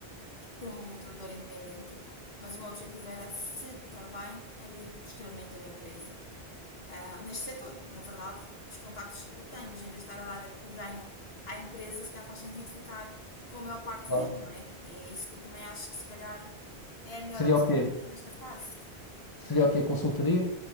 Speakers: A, on the left; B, on the left.
A: como trabalhadora independente, mas o meu objetivo era, se correr bem, abrir posteriormente uma empresa. ah, neste setor. Na verdade, os contactos eu tenho, em vez de estar a dar o ganho à empresa, se calhar faz sentido ficar com a maior parte
B: Claro.
A: dele, não é? É isso que eu também acho que se calhar é a melhor
B: Seria
A: opção
B: o quê?
A: para mim nesta fase.
B: Seria o quê? Consultoria?